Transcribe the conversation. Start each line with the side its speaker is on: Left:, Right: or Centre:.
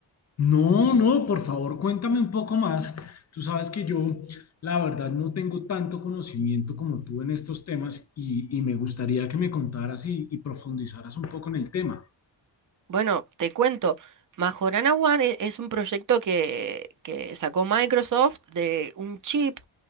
Left: No, no, por favor, cuéntame un poco más. Tú sabes que yo, la verdad, no tengo tanto conocimiento como tú en estos temas y, y me gustaría que me contaras y, y profundizaras un poco en el tema.
Right: Bueno, te cuento, Majorana One e- es un proyecto que, que sacó Microsoft de un chip